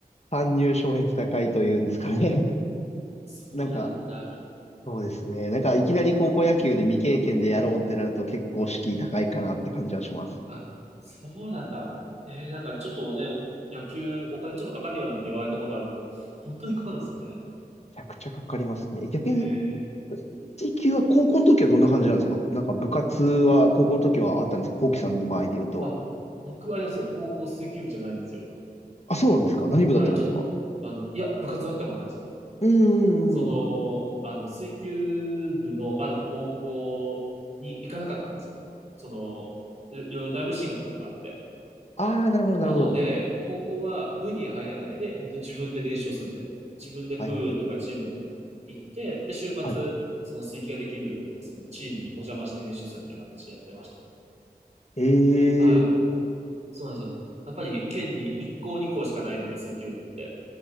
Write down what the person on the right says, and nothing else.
そうなんだ。
あ、そうなんだ。えー、なんかちょっとね、お野球お金ちょっとかかるよなんて言われたことあるんですけど、本当にかかるんですね。
へえ。
あ、僕、あれなんですよ。高校水球部じゃないんですよ。
はい、ちょっと、あの、いや、部活入ってなかったんですよ。
その、あの、水球部のある高校に行かなかったんですよ。その、いいろいろ内部進学とかがあって。
なので、
高校は部に入らないで、本当自分で練習をするみたいな。自分でプールとかジム行って、
で、週末、
その水球ができる、そのチームにお邪魔して練習するみたいな形でやってましたね。
はい。
そうなんですよ。やっぱり県に1校2校しかないので、水球部って。